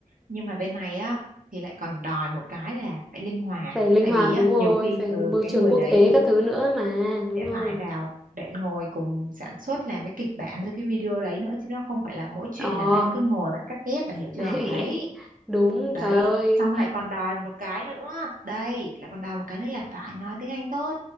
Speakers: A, on the right; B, in the centre.
A: nhưng mà bên này á thì lại còn đòi một cái là phải linh hoạt
B: phải linh
A: tại
B: hoạt
A: vì á
B: đúng rồi,
A: nhiều khi
B: phải
A: ừ
B: môi
A: cái
B: trường
A: người
B: quốc
A: đấy
B: tế các thứ nữa mà, đúng
A: sẽ
B: không?
A: phải vào để ngồi cùng sản xuất làm cái kịch bản rồi cái video đấy nữa chứ nó không phải là mỗi chuyện
B: Ờ.
A: là bạn cứ ngồi bạn cắt ghép là hiểu
B: <laughs>
A: chưa đấy
B: Đúng,
A: đấy
B: trời ơi,
A: xong lại còn đòi một cái nữa đây lại còn đòi một cái nữa là phải nói tiếng Anh tốt